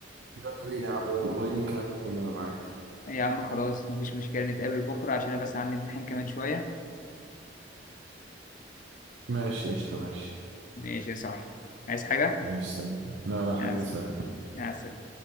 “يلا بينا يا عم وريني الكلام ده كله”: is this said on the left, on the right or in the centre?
Right